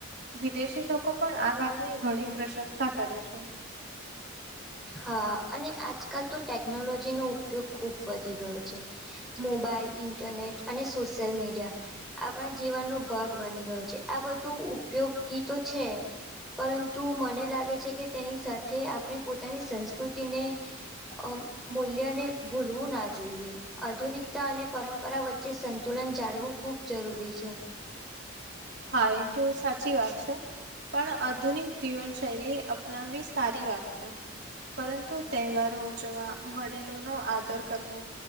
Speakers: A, on the right; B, in the centre.
A: વિદેશી લોકો પણ આ વાતની ઘણી પ્રશંસા કરે છે.
B: હા. અને આજકાલ તો ટેકનોલોજીનો ઉપયોગ ખૂબ વધી ગયો છે. મોબાઈલ, ઇન્ટરનેટ અને સોશિયલ મીડિયા આપણા જીવનનો ભાગ બની ગયો છે. આ બધું ઉપયોગી તો છે, પરંતુ મને લાગે છે કે તેની સાથે આપણે પોત તાની સંસ્કૃતિને અમ્મ મૂલ્યને ભૂલવું ના જોઈએ. આધુનિકતા અને પરંપરા વચ્ચે સંતુલન જાળવું ખૂબ જરૂરી છે.
A: હા, એ તો સાચી વાત છે. પણ આધુનિક જીવનશૈલી અપનાવવી સારી વાત છે. પરંતુ તહેવારો ઉજવવા, વડીલોનો આદર કરવો